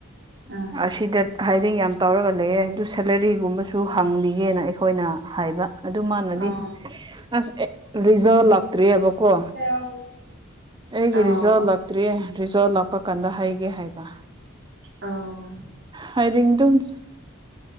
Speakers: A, on the right; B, on the right.
A: ꯑꯥ
B: ꯑꯁꯤꯗ ꯍꯥꯏꯗꯤꯡ ꯌꯥꯝ ꯇꯧꯔꯒ ꯂꯩꯌꯦ ꯑꯗꯨ ꯁꯦꯂꯔꯤꯒꯨꯝꯕꯁꯨ ꯍꯪꯕꯤꯒꯦꯅ ꯑꯩꯈꯣꯏꯅ ꯍꯥꯏꯕ ꯑꯗꯨ ꯃꯥꯅꯗꯤ
A: ꯑꯥ
B: ꯑꯁ ꯑꯦ ꯔꯤꯖꯥꯜ
A: ꯎꯝ
B: ꯂꯥꯛꯇ꯭ꯔꯤ ꯍꯥꯏꯕꯀꯣ
A: ꯑꯣ
B: ꯑꯩꯒꯤ
A: ꯑꯣ
B: ꯔꯤꯖꯥꯜ ꯂꯥꯛꯇ꯭ꯔꯤꯌꯦ ꯔꯤꯖꯥꯜ ꯂꯥꯛꯄ ꯀꯥꯟꯗ ꯍꯥꯏꯒꯦ ꯍꯥꯏꯕ
A: ꯑꯧ
B: ꯍꯥꯏꯔꯤꯡ ꯗꯨꯝ